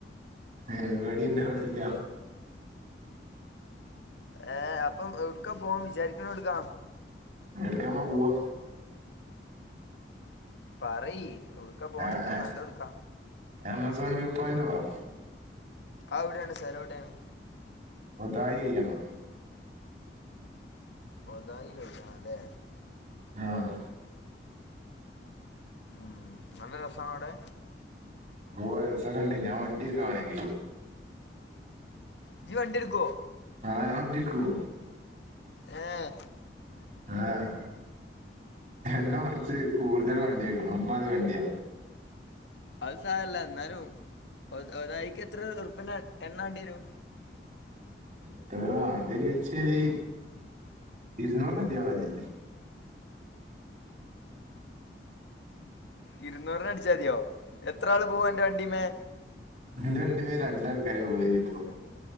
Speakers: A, on the right (about 45°); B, on the left (about 85°).
A: എവിടേ ഉണ്ടാവലില്ല
B: ഏഹ് അപ്പം എവിടുക്കാ പോവാൻ വിചാരിക്കണ എവിടുക്കാ?
A: ഏടുക്കാനമ്മ പോവാ?
B: പറയ് ഏവ്ടുക്കാ പോവാൻ
A: ആ,
B: ഏറ്റവും
A: ആ,
B: നല്ല ഏവ്ടുക്കാ?
A: ആമസോൺ വ്യൂ പോയിന്റ് പോവാം?
B: ആത് എവിടെയാണ് സ്ഥലം എവിടെയാണ്?
A: ഒതായി കയ്യണം.
B: ഒതായി കഴിയണം അല്ലേ
A: ആഹ്
B: ഉം നല്ല രസാണവിടെ?
A: ഓഹ് രസൊക്കെണ്ട് ഞാൻ വണ്ടി എടുക്കാം വേണെങ്കി
B: ഇജ്ജ് വണ്ടിയെടുക്കുവോ?
A: ആ ഞാൻ വണ്ടിയെടുക്കും
B: ഏഹ്
A: ആഹ് എണ്ണ കൊറച്ച് കൂടുതൽ വേണ്ടി വരും അമ്മാതിരി വണ്ടിയാ
B: അത് സാരല്ല എന്നാലും ഒ ഓരാളിക്ക് എത്ര ഉറുപ്യേന്റെ എ എണ്ണ വേണ്ടി വരും
A: എത്ര വേണ്ടിവരുച്യാല് ഇരുന്നൂറിനു എത്തിയാ മതി.
B: ഇരുന്നൂറിനടിച്ചാ മതിയോ എത്ര ആള് പോവാ അന്റെ വണ്ടീമ്മേ?
A: എൻ്റെ വണ്ടിമ്മേ രണ്ടാൾക്കാര് പോകലിട്ടോ